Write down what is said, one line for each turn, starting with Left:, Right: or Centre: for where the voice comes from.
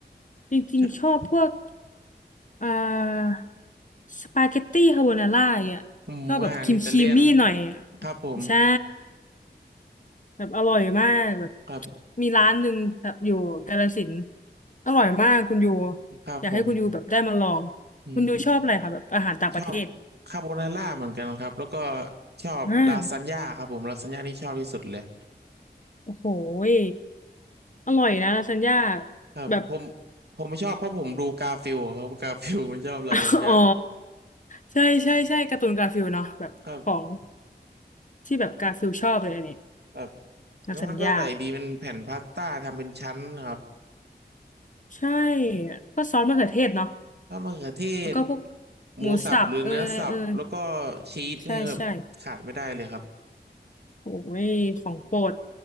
Left: จริงๆชอบพวก
Right: ชอบ
Left: อ่าสปาเกตตี้คาโบนาร่าอย่างเนียชอบแบบครีมครีมมี่หน่อยอะ
Right: อืมอาหารอิตาเลียนครับผม
Left: ใช่ แบบอร่อยมากแบบ
Right: ครับ
Left: มีร้านหนึ่งแถบอยู่กาฬสินธุ์อร่อยมากคุณยู
Right: ครับผม
Left: อยากให้คุณยูแบบได้มาลอง
Right: อืม
Left: คุณยูชอบอะไรคะแบบอาหารต่างประเทศ
Right: ชอบคาโบนาร่าเหมือนกันครับแล้วก็ชอบลาซานญ่าครับผมลาซานญ่านี่ชอบที่สุดเลย
Left: อ่าโอ้โหยอร่อยนะลาซานญ่า
Right: ครับผม
Left: แบบ
Right: ผมไม่ชอบเพราะผมดูกาฟิลครับกาฟิลมันชอบลาซานญ่า
Left: <laughs> อ๋อใช่ใช่ใช่การ์ตูนกาฟิลเนาะแบบของ
Right: ครับ
Left: ที่แบบกาฟิลชอบเลยอันนี้
Right: ครับแล้วมันก็อร่อยดีเป็นแผ่นพาสต้าทำเป็นชั้นครับ
Left: ลาซานญ่าใช่ก็ซอสมะเขือเทศเนาะ
Right: ท้ดมะเขือเทศ
Left: แล้วก็พวก
Right: หมูสับหรือเนื้อสับแล้วก็
Left: หมูสับเอยอะไรเอย
Right: ชีสนี่ครับขาดไม่ได้เลยครับ
Left: ใช่ใช่
Right: <laughs>
Left: โอ้ยของโปรด